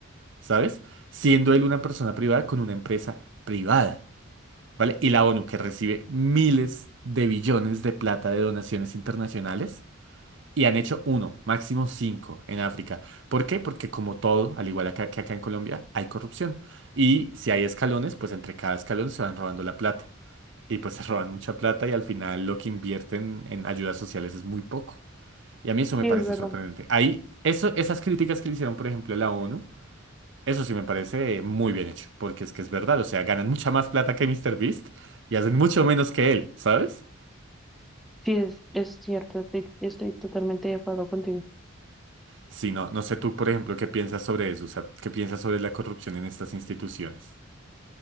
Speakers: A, on the right; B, in the centre.
A: ¿sabes? Siendo él una persona privada con una empresa privada, ¿vale? Y la ONU que recibe miles de billones de plata de donaciones internacionales y han hecho uno, máximo cinco en África. ¿Por qué? Porque como todo, al igual acá- que acá en Colombia, hay corrupción. Y si hay escalones, pues entre cada escalón se van robando la plata. Y pues se roban mucha plata y al final lo que invierten en ayudas sociales es muy poco. Y a mí eso me
B: sí,
A: parece
B: es verdad.
A: sorprendente. Ahí, eso, esas críticas que le hicieron, por ejemplo, a la ONU, eso sí me parece muy bien hecho, porque es que es verdad, o sea, ganan mucha más plata que Mister Beast y hacen mucho menos que él, ¿sabes?
B: Sí, es, es cierto, estoy, estoy totalmente de acuerdo contigo.
A: Si no, no sé tú, por ejemplo, qué piensas sobre eso, o sea, qué piensas sobre la corrupción en estas instituciones.